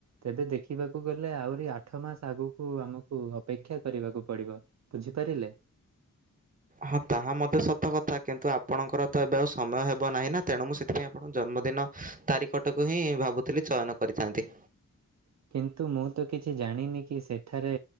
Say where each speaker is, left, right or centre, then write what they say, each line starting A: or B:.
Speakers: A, on the right; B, on the right.
A: ତେବେ ଦେଖିବାକୁ ଗଲେ ଆହୁରି ଆଠ ମାସ ଆଗକୁ ଆମକୁ ଅପେକ୍ଷା କରିବାକୁ ପଡିବ ବୁଝିପାରିଲେ।
B: ହଁ ତାହା ମଧ୍ୟ ସତ କଥା କିନ୍ତୁ ଆପଣଙ୍କର ତ ଏବେ ଆଉ ସମୟ ହେବ ନାହିଁ ନା ତେଣୁ ମୁଁ ସେଥିପାଇଁ ଆପଣ ଜନ୍ମ ଜନ୍ମ ଦିନ ତାରି କଟକୁ ହିଁ ଭାବୁଥିଲି ଚୟନ କରିଥାନ୍ତି।
A: ହ କିନ୍ତୁ ମୁଁ ତ କିଛି ଜାଣିନି କି ସେଠାରେ